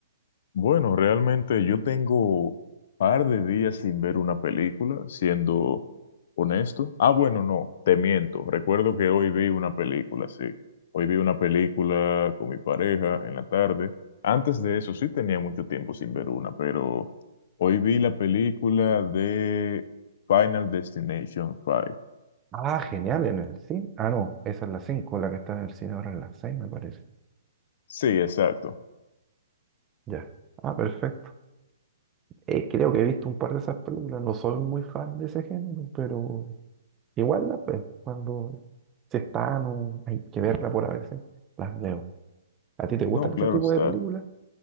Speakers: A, on the left (about 50°); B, on the right (about 15°).
A: Bueno, realmente yo tengo par de días sin ver una película, siendo honesto. Ah, bueno, no, te miento. Recuerdo que hoy vi una película, sí. Hoy vi una película con mi pareja en la tarde. Antes de eso sí tenía mucho tiempo sin ver una, pero hoy vi la película de Final Destination 5.
B: Ah, genial, en el cine. Ah, no, esa es la cinco, la que está en el cine ahora es la 6, me parece.
A: Sí, exacto.
B: Ya. Ah, perfecto. Eh, creo que he visto un par de esas películas. No soy muy fan de ese género, pero Igual, la- pues, cuando se están o hay que verla por a veces, las veo. ¿A ti te gustan
A: No, claro
B: ese tipo
A: está.
B: de películas?